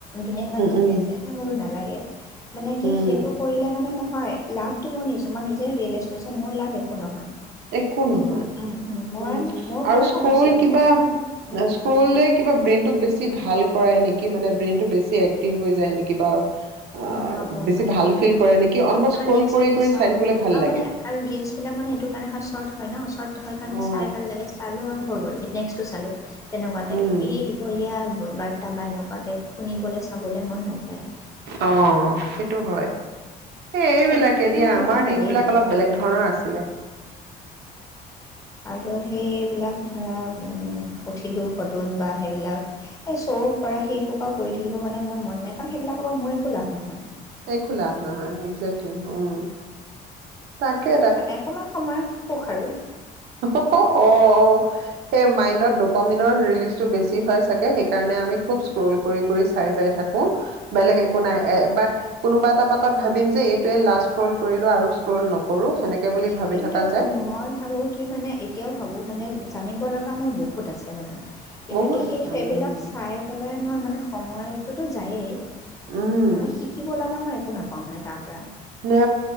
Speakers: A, on the left; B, on the right.
A: দুুনীয়াখনত কি
B: উম
A: হৈ আছে, এ বোলো নালাগে। মানে কি
B: উম
A: সেইটো কৰিলে মানে ন হয় লাভটো মোৰ নিজ মই নিজে ৰিয়েলাইজ কৰিছোঁ মোৰ লাভ একো নহয়।
B: একো
A: উম,
B: নহয়
A: উম, মই
B: উম,
A: মোৰ ফালৰ
B: আৰু স্ক্ৰল
A: পৰা কৈছোঁ আৰু মানে
B: কিবা
A: উম।
B: স্ক্ৰলে কিবা ব্ৰেইনটোক বেছি ভাল কৰাই নেকি মানে ব্ৰেইনটো বেছি এক্টিভ হৈ যায় নেকি বা অ
A: উম, হ'ব
B: বেছি
A: পাৰে।
B: ভাল ফিল কৰে নেকি অনবৰত
A: তাৰমানে
B: স্ক্ৰল
A: নেক্সটো
B: কৰি
A: কি
B: কৰি
A: চাও
B: চাই
A: আৰু
B: থাকিবলৈ ভাল লাগে।
A: মানে আৰু ৰিলচ বিলাক মানে এইটো তাৰমানে হয় চৰ্ট হয় ন, চৰ্ট হয় কাৰণে
B: অ
A: চাই ভাল লাগে, চালো আৰু হৈ গ'ল, এ নেক্সটো চালো তেনেকুৱা টাইপ,
B: উম
A: এই দীঘলীয়া বা তা বা এনেকুৱা তাইপ, শুনিবলে চাবলে মন নাযায়।
B: অঁ। সেইটো হয়। এ এইবিলাকে
A: সেইকাৰণে মানে
B: দিয়া
A: মই সেইবিলাক
B: আমাৰ
A: বাদেই
B: দিন বিলাক
A: দিলোঁ
B: অলপ বেলেগ ধৰণৰ আছিলে।
A: আৰু সেইবিলাক ধৰা উম উঠিলোঁ ফটোজ বা সেইবিলাক, এই শ্ব'অফ কৰা মানে সেই সোপা কৰি থাকিব কাৰনে মোৰ মন নাই কাৰণ সেইবিলাকৰ পৰা মোৰ একো লাভ নহয়।
B: একো নাভ নহয়, একজেক্টলি উম। তাকে
A: অকমান সময় সুখ আৰু
B: অ' অ' সেই মাইণ্ডত কমিনৰ ৰিলিজটো বেছি হয় চাগে সেইকাৰণে আমি খুব স্ক্ৰল কৰি কৰি চাই চাই থাকোঁ।
A: উম
B: বেলেগ একো নাই এবাৰ কোনোবা এটা পাকত ভাবিম যে এইটোৱে লাষ্ট কৰিলোঁ আৰু স্ক্ৰল
A: উম।
B: নকৰোঁ সেনেকে বুলি ভাবি
A: কিন্তু
B: থাকা যায়।
A: উম, মই ভাবোঁ কি মানে এতিয়াও ভাবোঁ মানে জানিব লগা মোৰ বহুত আছে মানে কিন্তু
B: বহুত
A: সেই
B: আছে
A: সেইবিলাক
B: উম
A: চাই পেলাই মই মানে সম মইটোতো যায়েই।
B: উম
A: মানে শিকিব লগা মই একো নাপো কওঁ মানে তাৰ পৰা।
B: নে